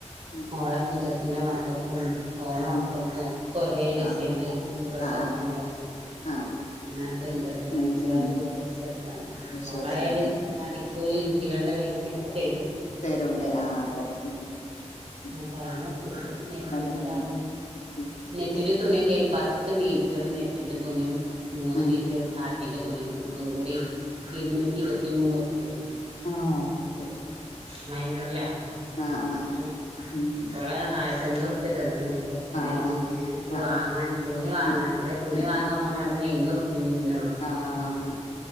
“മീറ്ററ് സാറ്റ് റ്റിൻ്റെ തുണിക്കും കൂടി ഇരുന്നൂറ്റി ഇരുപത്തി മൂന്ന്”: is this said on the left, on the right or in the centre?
Right